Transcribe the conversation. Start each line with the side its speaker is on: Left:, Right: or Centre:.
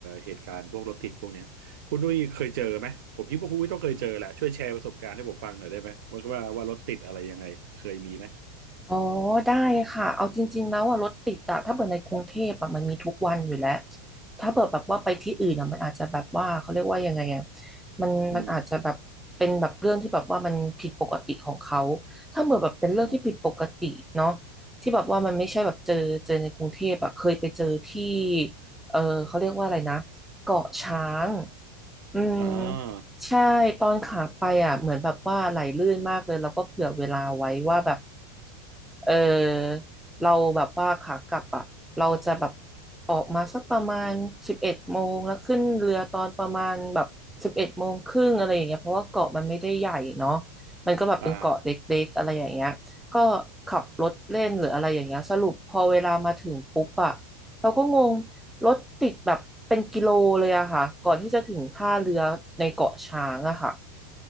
Right: เหตุการณ์พวกรถติดพวกเนี้ยคุณดุ้ยเคยเจอไหมผมคิดว่าคุณดุ้ยต้องเคยเจอแหละช่วยแชร์ประสบการณ์ให้ผมฟังหน่อยได้ไหมว่าว่าว่ารถติดอะไรยังไงเคยมีไหม
Centre: อ๋อได้ค่ะเอาจริงๆแล้วอะรถติดอะถ้าเปิดในกรุงเทพอะมันมีทุกวันอยู่แล้วถ้าเปิดแบบว่าไปที่อื่นอะมันอาจจะแบบว่าเขาเรียกว่ายังไงอะมันมันอาจจะแบบเป็นแบบเรื่องที่แบบว่ามันผิดปกติของเขา
Right: อืม
Centre: ถ้าเปิดแบบเป็นเรื่องที่ผิดปกติเนาะ
Right: อ่า
Centre: ที่แบบว่ามันไม่ใช่แบบเจอเจอในกรุงเทพอะเคยไปเจอที่เออเขาเรียกว่าอะไรนะเกาะช้างอืม
Right: อ่า
Centre: ใช่ตอนขาไปอ่ะเหมือนแบบว่าไหลลื่นมากเลยแล้วก็เผื่อเวลาไว้ว่าแบบเออเราแบบว่าขากลับอ่ะเราจะแบบออกมาสักประมาณสิบเอ็ดโมงแล้วขึ้นเรือตอนประมาณแบบสิบเอ็ดโมงครึ่งอะไรอย่างเงี้ยเพราะว่าเกาะมันไม่ได้ใหญ่เนาะมันก็แบบเป็นเกาะเล็กๆอะไรอย่างเงี้ยก็ขับรถเล่นหรืออะไรอย่างเงี้ยสรุปพอเวลามาถึงปุ๊บอ่ะ
Right: อ่า
Centre: เราก็งงรถติดแบบเป็นกิโลเลยอะค่ะ ก่อนที่จะถึงท่าเรือในเกาะช้างอะค่ะ